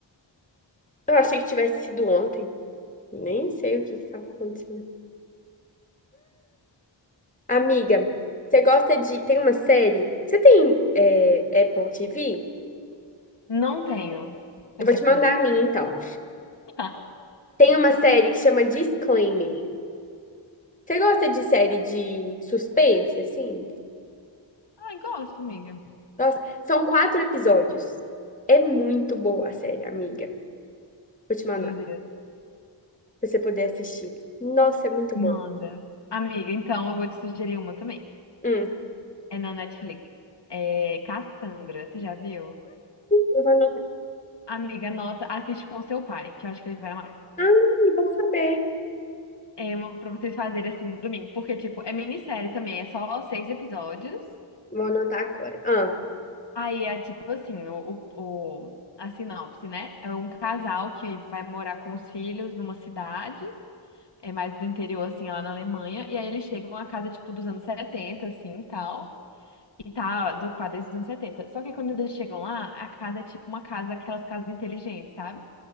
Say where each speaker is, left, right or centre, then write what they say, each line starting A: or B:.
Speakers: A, on the left (about 15°); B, on the left (about 65°).
A: Eu achei que tivesse sido ontem. Nem sei o que que tá acontecendo. Amiga, você gosta de. Tem uma série? Você tem é, Apple TV?
B: Não tenho, você
A: Eu
B: acredita?
A: vou te mandar a minha, então.
B: <laughs>
A: Tem uma série que chama Disclaimer. Você gosta de série de suspense, assim?
B: Ai, gosto, amiga.
A: Nossa, são quatro episódios. É muito boa a série, amiga. Vou te mandar,
B: Meu Deus.
A: pra você poder assistir. Nossa, é muito boa.
B: Manda. Amiga, então eu vou te sugerir uma também.
A: Hum.
B: É na Netflix. É Cassandra, você já viu?
A: Eu vou anotar.
B: Amiga, anota, assiste com o seu pai, que eu acho que ele vai amar.
A: Ai, bom saber.
B: É uma pra vocês fazerem assim no domingo. Porque, tipo, é minissérie também, é só seis episódios.
A: Vou anotar agora. Ah,
B: Aí é tipo assim, o, o, o- a sinopse, né? É um casal que vai morar com os filhos numa cidade, é mais do interior, assim, lá na Alemanha. E aí eles chegam a casa, tipo, dos anos 70 assim, e tal. E tá desocupada desde os anos setenta Só que quando eles chegam lá, a casa é tipo uma casa, aquelas casas inteligentes, sabe?